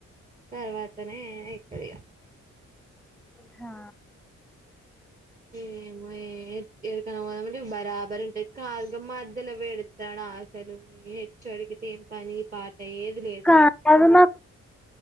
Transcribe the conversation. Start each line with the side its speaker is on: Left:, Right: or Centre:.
Right: తర్వాతనే అయితది ఇగ
Centre: సా
Right: ఏమో ఏ ఏడికన్నా పోదమంటే బరాబరి ఉంటయ్ కాదు గ మధ్యల పెడి చాడా ఆశలు వచ్చి అడిగితే ఏం పని పాట ఏది లేదు
Centre: ఆ కాదు